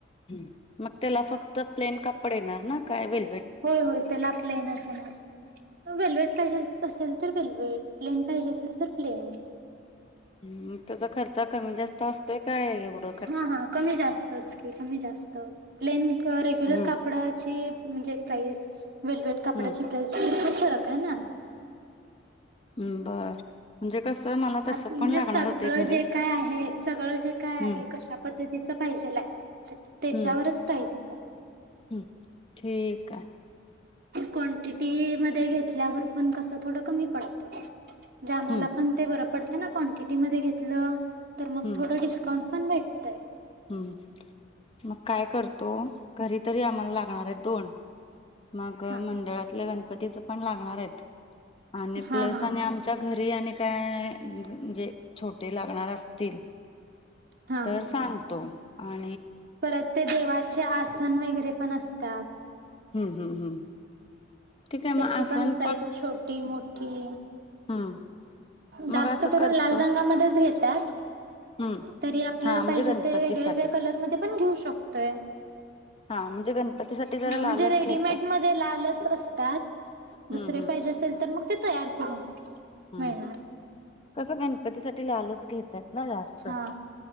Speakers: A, on the left; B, on the right.
A: हं. मग तेला फक्त प्लेन कापड येणार ना? काय वेल
B: होय, होय. तेला आपल्या हेनचं येणार. वेलवेट पाहिजे असेल तर वेलवेट. प्लेन पाहिजे असेल तर प्लेन.
A: ह्. मग त्याचा खर्च कमी जास्त अस -- काय एवढ
B: हा, हा. कमी जास्तच की, कमी जास्त प्लेन रेग्युलर
A: हम्म.
B: कापडाची -- म्हणजे प्राईस वेलवेेड कपड्याची
A: हम्म
B: प्राइस भरपुर फरक हाय ना.
A: हम्म बर म्हणजे कसं मला
B: त्यात
A: तसं
B: म्हणजे
A: पण लागणार
B: सगळं
A: होते घरी
B: जे काय आहे, सगळं जे काय
A: हम्म.
B: आहे. कश्या पद्धतीचं पाहिजेल हाय त्याच्यावरच
A: हम्म
B: प्राईज लिहतात.
A: हम्म ठीक हाय.
B: क्वांटिटी मध्ये घेतल्यावर पण कसं थोडं कमी पडत. जे आम्हाला
A: हम्म
B: पण ते बरं पडतं ना क्वांटिटी मध्ये घेतलं तर मग
A: हम्म
B: थोडं डिस्काउंट पण भेट -
A: हम्म. मग काय करतो घरी तरी आम्हाला लागणार आहे दोन. मग
B: हा
A: मंडळातल्या गणपतीच पण लागणार आहेत आणि
B: हा
A: प्लस
B: हा
A: आणि आमच्या घरी आणि काय -- जे छोटे लागणार असतील
B: हा
A: तर सांगतो आ
B: परत ते देवाचे आसन वगैरे पण असतात
A: हम्म हम्म हम्म ठीक आहे
B: त्याची
A: मग आसन
B: पण साईज छोटी मोठी
A: हम्म
B: जास्त
A: मग असं
B: करून
A: करत
B: लाल रंगामध्येच घेतात
A: हम्म
B: तरी आपल्याला
A: हा म्हणजे
B: पाहिजे
A: गणपतीसाठी
B: ते वेगळ्या वेगळ्या कलर मध्ये पण घेऊ शकतोय
A: हा म्हणजे गणपतीसाठी जरा
B: ह.
A: लालच
B: म्हणजे रेडमेड
A: घेतात
B: मध्ये लालच अस त्यात दुसरे
A: हम्म
B: पाहिजे असेल तर, मग ते तयार करून.
A: हम्.
B: मिळणार
A: कसं गणपतीसाठी लालच घेतात ना जास्त.
B: हा